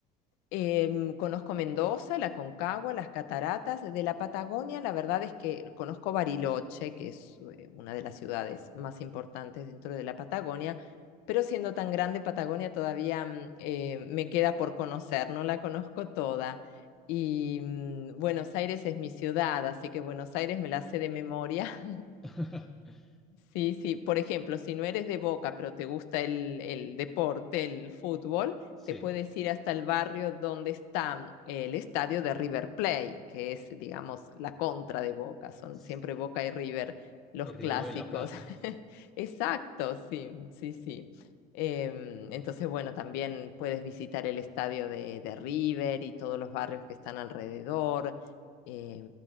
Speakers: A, on the left; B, in the centre.
A: Em, conozco Mendoza, la Concagua, las cataratas. De la Patagonia, la verdad es que conozco Bariloche, que es eh, una de las ciudades más importantes dentro de la Patagonia, pero siendo tan grande Patagonia todavía mm, eh, me queda por conocer, no la conozco toda. Y mm, Buenos Aires es mi ciudad, así que Buenos Aires me la sé de memoria.
B: <laughs>
A: Sí, sí. Por ejemplo, si no eres de Boca, pero te gusta el, el deporte, el fútbol,
B: Sí,
A: te puedes ir hasta el barrio donde está el estadio de River Plate, que es, digamos, la contra de Boca. Son
B: s-
A: siempre Boca y River los
B: el Río
A: clásicos.
B: de la Plata.
A: <laughs> Exacto, sí, sí, sí. Em, entonces, bueno, también puedes visitar el estadio de, de River y todos los barrios que están alrededor eh,